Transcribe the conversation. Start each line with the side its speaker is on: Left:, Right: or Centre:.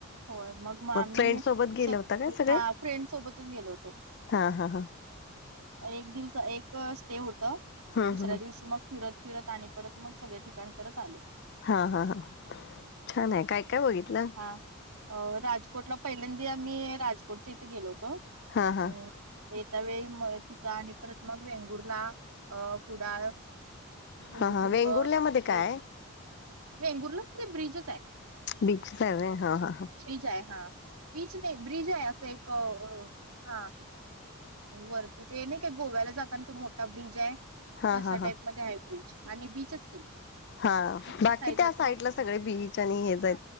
Right: होय मग मग आम्ही
Left: फ्रेंड सोबत गेले होता काय
Right: हो
Left: सगळे?
Right: फ्रेंड सोबतच गेलो होतो.
Left: हा हा हा
Right: एक दिवस एक स्टे होत
Left: हम्म
Right: दुसऱ्या
Left: हम्म
Right: दिवशी मग फिरत फिरत आणि परत मग सगळे ठिकाण करत आलो.
Left: हा- हा -हा छान आहे. काय काय बघितल?
Right: हा राजकोटला पहिल्यांदा आम्ही राजकोटच्या इथे गेलो होतो.
Left: हा हा
Right: हम येत्या वेळी म तिथ आणि परत मग वेंगुरला अ कुडाळ सिंधुदुर्ग.
Left: हा हा वेंगुर्ल्यामध्ये काय
Right: हे
Left: आहे?
Right: वेंगुर्ला ब्रिज च आहे.
Left: बीच हाय व्हय. हा- हा ह
Right: ब्रिज आहे. हा बिच नाही ब्रिज आहे अस एक हा वरती ते नाही का गोव्याला जाताना तो मोठा ब्रिज हाय.
Left: हा
Right: तशा
Left: हा हा
Right: टाईप मध्ये हय ब्रिज आणि बीच की,
Left: हा
Right: बीचच्या
Left: बाकी त्या साईडला
Right: तो
Left: सगळे बीच आणि
Right: हा
Left: हेच आहेत.